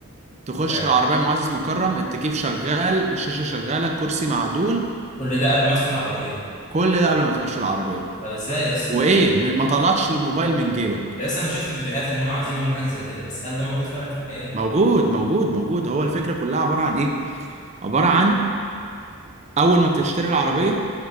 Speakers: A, on the right; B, on the left.
A: تخش
B: آه.
A: العربية معزز مكرم التكييف شغال الشاشة شغالة كرسي معدول
B: كل ده قبل ما ادخل العربيه
A: كل ده قبل ما تخش العربية
B: طب ازاي يا اسطى
A: وايه
B: الكلام ده؟
A: ما طلعتش الموبايل من جيبك
B: يا اسطى انا شفت فيديوهات ان هم عاوزين يعملوا حاجه زي كده بس هل ده موجود فعلا في الحقيقه؟
A: موجود موجود موجود هو الفكرة كلها عبارة عن ايه عبارة عن اول ما بتشتري العربية